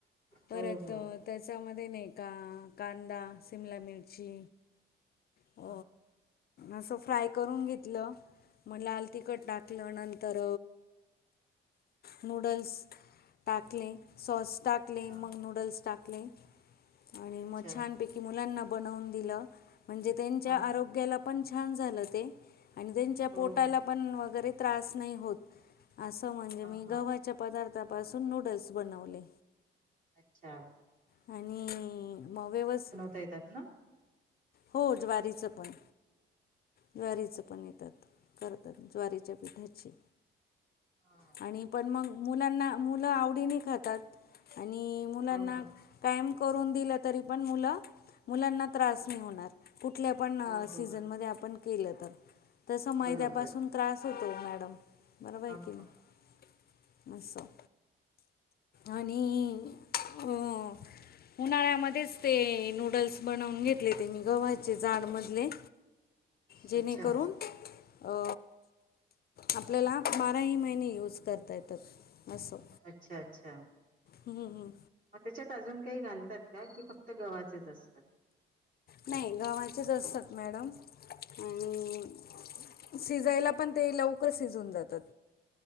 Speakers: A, on the left; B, on the right.
A: परत
B: हो हो
A: त्याच्यामध्ये नाही का कांदा, शिमला मिरची अ,
B: हा
A: असं फ्राय करून घेतलं मग लाल तिखट टाकलं नंतर नूडल्स टाकले सॉस टाक. मग
B: हा
A: मी नूडल्स टाकले आणि
B: अच्छा
A: मग छान पैकी मुलांना बनवून दिल म्हणजे त्यांच्या
B: हा
A: आरोग्याला
B: हा
A: पण छान झालं ते आणि त्यांच्या पोटाला
B: हो हो
A: पण, वगैरे त्रास नाही होत असं म्हणजे
B: हा
A: मी
B: हा
A: गव्हाचे पदार्थ आतापासून नूडल्स बनवले
B: अच्छा
A: आणि मग व्यवस्थित
B: ते येतात ना
A: हो ज्वारीचं पण ज्वारीचं पण येतात करतात ज्वारीच्या पिठाची
B: हां.
A: आणि पण मग मुलांना मुलं आवडीने खातात आणि मुलांना
B: हो हो
A: कायम करून दिलं तरी पण मुलं मुलांना त्रास नाही होणार कुठल्या पण
B: हो
A: सीझन
B: हो
A: मध्ये आपण केलं तर तसं मैद्यापासून
B: बरोबर
A: त्रास होतो मॅडम मला माहिती
B: हा
A: आहे
B: हा
A: असं आणि अ उन्हाळ्यामध्येच ते नूडल्स बनवून घेतलेत ते मी गव्हाचे जाडमधले जेणेकरून
B: अच्छा
A: अ आपल्याला बाराही महिने युज करता येतात असं,
B: अच्छा अच्छा
A: ह, ह
B: मग त्याच्यात अजून काही घालतात का की फक्त गव्हाचेच असतात
A: नाही गव्हाचेच असतात मॅडम हं शिजायला पण ते लवकर शिजून जातात